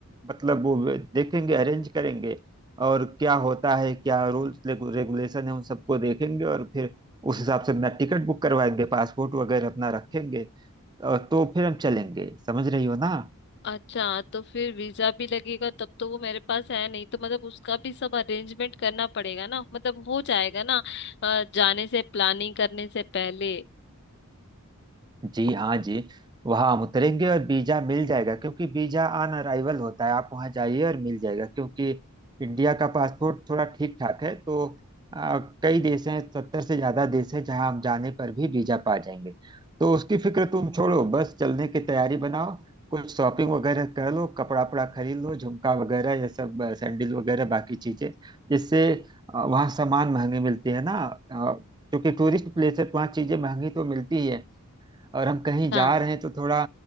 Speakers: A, on the right (about 20°); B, on the left (about 50°).
A: मतलब वो देखेंगे अरेंज करेंगे और क्या होता है क्या रूल्स रेगुलेशन है उन सबको देखेंगे और फिर उस हिसाब से अपना टिकट बुक करवाएंगे पासपोर्ट वगैरह अपना रखेंगे और तो फिर हम चलेंगे समझ रही हो ना
B: अच्छा तो फिर वीजा भी लगेगा तब तो वो मेरे पास है नहीं तो मतलब उसका भी सब अरेंजमेंट करना पड़ेगा ना मतलब हो जाएगा ना अ, जाने से प्लानिंग करने से पहले
A: जी हाँ जी वहाँ हम उतरेंगे और वीजा मिल जाएगा क्योंकि वीजा ऑन अराइवल होता है आप वहाँ जाइए और मिल जाएगा क्योंकि इंडिया का पासपोर्ट थोड़ा ठीक ठाक है तो आ, कई देश हैं सत्तर से ज्यादा देश हैं जहाँ हम जाने पर भी वीजा पा जाएंगे तो उसकी फिक्र तुम छोड़ो बस चलने की तैयारी बनाओ कुछ शॉपिंग वगैरह कर लो कपड़ा वपड़ा खरीद लो झुमका वगैरह ये सब अ, सैंडल वगैरह बाकी चीजें जिससे अ, वहाँ सामान महंगे मिलते हैं ना अ, क्योंकि टूरिस्ट प्लेस है तो वहाँ चीजें महंगी तो मिलती ही है और हम कहीं
B: अच्छा
A: जा रहे हैं तो थोड़ा